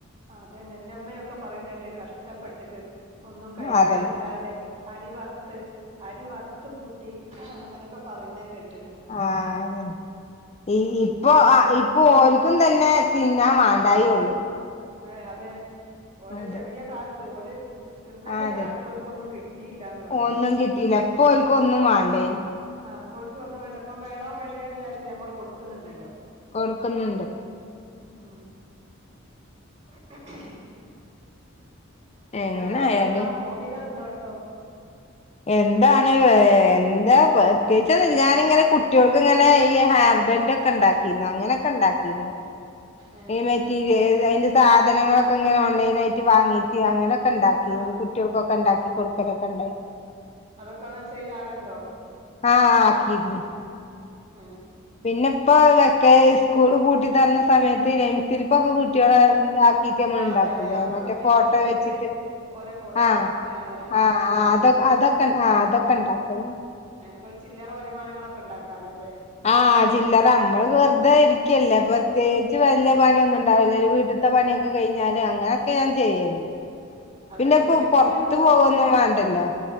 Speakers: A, on the right (about 30°); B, on the left (about 30°).
A: അതെ എന്റെ ഉമ്മയൊക്കെ പറയുന്നത് കേട്ട് കഷ്ട്ടപ്പെട്ടിട്ട് ഒന്നും കഴിക്ക്യാന്
B: അതന്നെ
A: ഇല്ലാണ്ട് അരി വറുത്ത് അരി വറുത്ത് കൂട്ടി അങ്ങനെ ഒക്കെ പറയുന്നത് കേട്ട്ണ്
B: ആഹ് അതന്നെ ഈ ഇപ്പൊ ആഹ് ഇപ്പൊ ഓൽക്കും തന്നെ തിന്നാൻ വാണ്ടായേ ഒള്ളൂ
A: ആഹ് അതെ ഓരേ
B: അതെ
A: ചെറിയ കാലത്ത് ഓല് തിന്നേൻ്റെ
B: ആ അതന്നെ
A: കാലത്ത് ഓല്ക്കൊന്നും കിട്ടിയില്ല്യാന്ന് പറയാം
B: ഒന്നും കിട്ടിയില്ല ഇപ്പൊ ഓൽക്ക് ഒന്നും വേണ്ടേനും
A: ആഹ് ഇപ്പം ഓൽക്ക് ഒന്നും വേണ്ട ഇപ്പം വേണോ വേണ്ടേ എന്ന് വിചാരിച്ച് ഞമ്മള് കൊട്ക്കുന്നുണ്ടല്ലോ
B: കൊട്ക്ക്ന്ന്ണ്ട്
A: ഉം <inaudible> പിന്നെ
B: എങ്ങനെ
A: വേറെ
B: ആയാലും
A: എന്താ ഹോബികള് എന്തോ ഉണ്ടോ
B: എന്താണ് ഏഹ് എന്താ പ്രത്യേകിച്ച് ഒന്നു ഇല്ല ഞാന് ഇങ്ങനെ കുട്ടിയേൾക്ക് ഇങ്ങനെ ഈ ഹാൻബന്റെ ഒക്കെ ഇണ്ടാക്കിന് അങ്ങനെ ഒക്കെ ഇണ്ടാക്കീനു
A: ഏ
B: ഈ മെറ്റീരിയേൽ
A: എന്തെങ്കിലും
B: അയ്ൻ്റെ സാധനങ്ങളൊക്കെ ഇങ്ങനെ ഓൺലൈന് ആയിട്ട് വാങ്ങീട്ട് അങ്ങനെ ഒക്കെ ഇണ്ടാക്കിനി
A: ആ
B: ഇപ്പം കുട്ടിയേൾക്ക് ഒക്കെ ഉണ്ടാക്കി കൊട്ക്കലൊക്കെ ഉണ്ടായി
A: അതൊക്കെ എന്നിട്ട് സെയില് ആവല് ഉണ്ടോ
B: ആഹ് ആക്കിര്ന്ന്
A: ഉം
B: പിന്നെ ഇപ്പോ വെക്കേ സ്കൂള് പൂട്ടി തുറന്ന സമയത്ത് ഈ നെയിംസ്ലിപ്പ് ഒക്കെ കുട്ടിയേളെ ഇതാക്കി ക്കി നമ്മള്
A: ആ
B: ഇണ്ടാക്കുല്ലേ
A: അതെ അതെ ആ ഇപ്പൊ
B: മറ്റേ
A: നെയിം
B: ഫോട്ടോ
A: സ്ലിപ്പിന്റെ
B: വെച്ചിട്ട്
A: ഒരു ഓരോ ഫോട്ടോ
B: ആഹ്
A: വെച്ചിട്ട് അങ്ങനെ
B: ആഹ്
A: ആക്കുന്നത്
B: ആഹ്
A: കാണാം
B: അതൊ അതൊക്കെ ഇൻ ആഹ് അതൊക്കെ ഇണ്ടാക്കല്ണ്ട്
A: അതിന് കൊറെ ചില്ലറ വരുമാനങ്ങളൊക്കെ ഇണ്ടാക്കാലോ അല്ലേ
B: ആഹ് ചില്ലറ നമ്മള് വെറുതെ ഇരിക്ക്യല്ലേ പ്രത്യേകിച്ച് വല്ല്യ
A: അതന്നെ
B: പണിയൊന്നും ഇ ണ്ടാവല് വീട്ട്ത്തെ പണിയൊക്കെ കഴിഞ്ഞാല് അങ്ങനെ ഒക്കെ ഞാൻ ചെയ്യല്ണ്ട്
A: അത്
B: പിന്നെ
A: തന്നെ
B: ഇപ്പോ
A: എന്തെങ്കിലും
B: പൊറത്ത്
A: ഒര് നൂറ്
B: പോവൊന്നും
A: ഉറുപ്യ
B: വേണ്ടല്ലോ